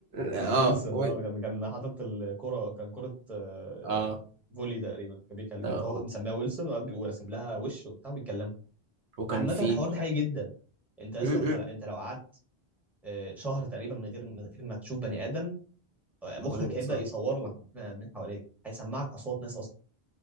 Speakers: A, on the right; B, in the centre.
A: اه
B: ويلسون
A: و...
B: اه كان كان حاطط الكره كان كره آه،
A: اه
B: فولي تقريبا كان بيكلم
A: آه،
B: كان هو مسميها ويلسون وقاعد بي- وراسم لها وش وبتاع بيتكلمها
A: وكان
B: عامه
A: في
B: الحوار ده حقيقي جدا انت اصلا
A: م- م.
B: انت انت لو قعدت آه، شهر تقريبا من غير من غير ما تشوف بني ادم مخك
A: الموضوع بيبقى
B: هيبدأ
A: صعب
B: يصور لك من من حواليك هيسمعك أصوات ناس أصلا